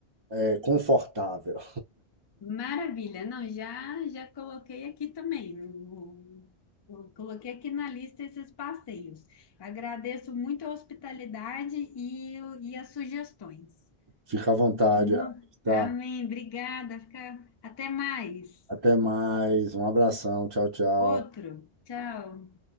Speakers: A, on the right; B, on the left.
A: é, confortável.
B: Maravilha. Não, já já coloquei aqui também. o- o- Coloquei aqui na lista esses passeios. Agradeço muito a hospitalidade e, o- e as sugestões.
A: Fica à vontade,
B: Mu-
A: tá?
B: Amém. Obrigada. Fica... Até mais.
A: Até mais. Um abração. Tchau, tchau.
B: Outro. Tchau.